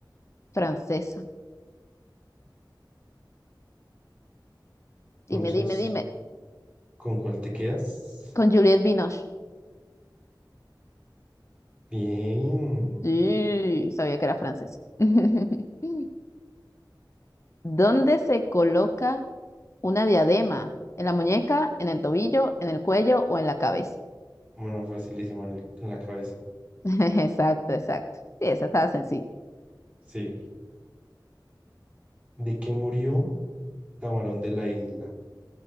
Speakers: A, on the left (about 35°); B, on the right (about 15°).
A: francesa.
B: Entonces,
A: Dime, dime, dime.
B: ¿con cuál te quedas?
A: Con Juliette Binoche.
B: Bien.
A: Sí, sabía que era francesa. <laughs> ¿Dónde se coloca una diadema? ¿En la muñeca, en el tobillo, en el cuello o en la cabeza?
B: Bueno, facilísimo en el- en la cabeza.
A: <laughs> Exacto, exacto. Sí, esa estaba sencilla.
B: Sí. ¿De qué murió Camarón de la Isla?